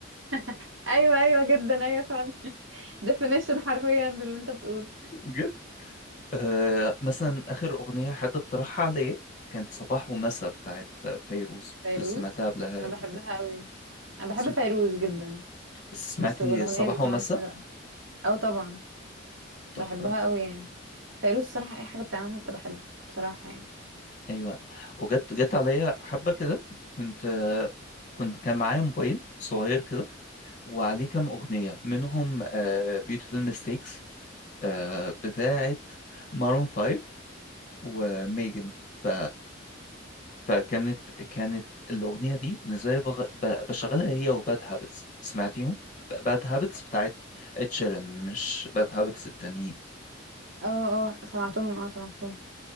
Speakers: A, on the right; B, on the left.
A: <laughs> أيوة أيوة جدا أيوة فعلا <laughs> definition حرفيا للي أنت بتقوله
B: بجد آه مثلا اخر اغنيه حد اقترحها عليا كانت صباح ومساء بتاعت فيروز
A: فيروز
B: كنت سمعتها قبلها
A: أنا
B: قبل
A: بحبها
B: كده
A: قوي أنا بحب
B: سم...
A: فيروز جدا
B: بس سمعتي
A: بس والأغنية
B: صباح
A: دي
B: ومساء
A: كمان حلوة أه طبعا
B: تحفه
A: بحبها قوي يعني فيروز الصراحة أي حاجة بتعملها بتبقى حلوة بصراحة يعني
B: ايوه وجت جت عليا حبه كده كنت آه، كنت كان معايا موبايل صغير كده وعليه كام اغنيه منهم بيوتيفول ميستيكس آه، بتاعة مارون فايف وميجن ف... فكانت كانت الأغنية دي بالنسبة لي بغ... ب... بشغلها هي وباد هابتس سمعتيهم؟ باد هابتس بتاعت اتشيرن مش باد هابتس التانيين
A: اه اه سمعتهم اه سمعتهم